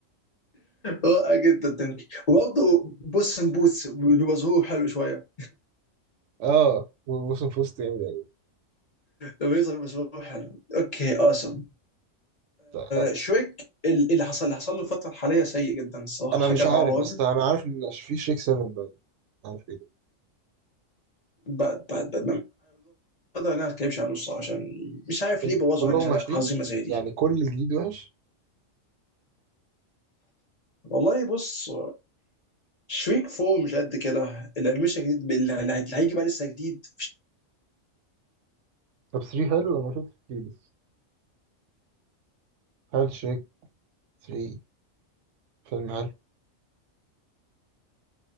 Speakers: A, on the left; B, on the right.
A: رائع جدا دونكي <laughs> وبرضه بوس ان بوتس بمظهور حلو شويه
B: اه وموسم فوست جامد قوي
A: لما يظهر بمظهور حلو اوكي اوسم
B: آه.
A: شريك اللي حصل اللي حصل له الفتره الحاليه سيء جدا الصراحه
B: انا
A: حاجه
B: مش عارف
A: عار
B: بس انا عارف ان في شريك 7 باين عارف ايه ده
A: باد باد باد اقدر ان انا ما اتكلمش عنه الصراحه عشان مش عارف
B: كل...
A: ليه بوظوا
B: كلهم
A: حاجه شبه
B: وحشين
A: عظيمه زي دي
B: يعني كل الجديد وحش
A: والله بص شريك فور مش قد كده الانيميشن الجديد بال- اللي هي- اللي هيجي بقى لسه جديد
B: طب 3 حلو انا ما شفتش 3 لسه هل شريك 3 فيلم حلو